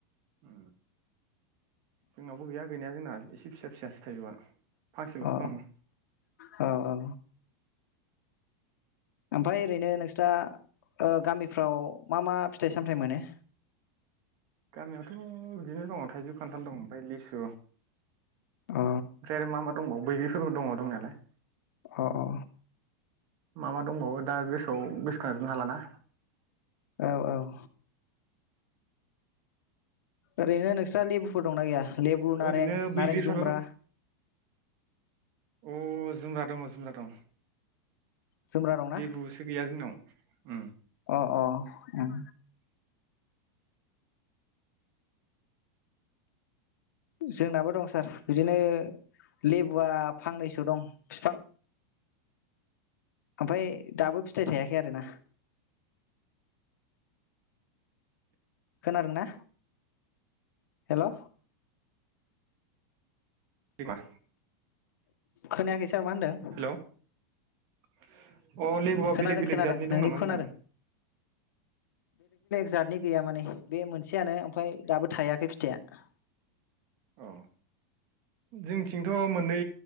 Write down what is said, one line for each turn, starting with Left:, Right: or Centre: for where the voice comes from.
Right: ओ जोंनावबो गैया गैनाया जोंना एसे फिसा फिसा थाइजौवा‌। फांसेलसो
Left: अ
Right: दं।
Left: औ औ। ओमफाय ओरैनो नोंस्रा ओ गामिफ्राव मा मा फिथाइ सामथाइ मोनो?
Right: गामियावथ बिदिनो दङ थाइजौ खान्थाल दं ओमफाय लिसु। <unintelligible>
Left: अ
Right: दङ बैग्रिफोरबो दङ दंनायालाय।
Left: अ अ
Right: मा मा दंबावो दा गोसोआव गोसखाजोबनो हालाना।
Left: औ औ ओरैनो नोस आ लेबुफोर दंना गैया लेबु नारें
Right: ओरैनो बैग्रिफ्राबो
Left: नारें जुम्ब्रा।
Right: अ जुम्रा दङ जुम्रा दं
Left: जुमब्रा दंना
Right: लेबुसो गैया जोंनाव उम
Left: अ अ उम जोंनाबो दं सार बिदिनो लेबुआ फांनैसो दं बिफां ओमफाय दाबो फिथाइ थायाखै आरोना। खोनादोंना हेलौ,
Right: बिमा।
Left: खोनायाखै सार मा होनदों
Right: हेल' <inaudible> अ लेबुआ
Left: खोनादों
Right: बेलेग बेलेग
Left: खोनादों
Right: जातनि
Left: नोंनिखौ
Right: दं नामा
Left: खोनादों
Right: होनदां?
Left: जादनि गैया माने बे मोनसेयानो ओमफ्राय दाबो थायाखै फिथाइया।
Right: औ। जोंथिंथ मोननै